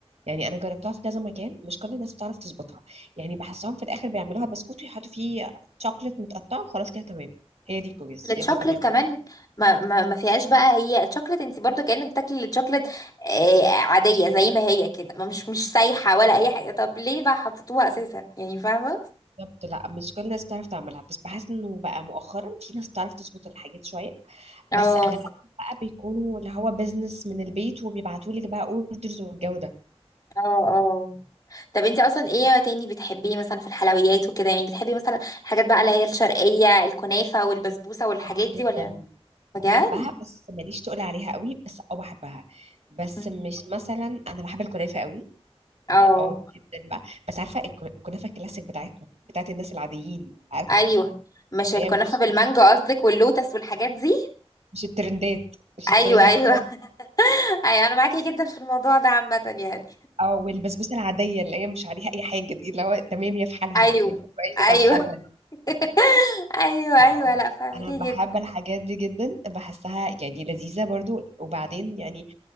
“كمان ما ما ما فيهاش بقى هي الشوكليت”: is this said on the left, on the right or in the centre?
Left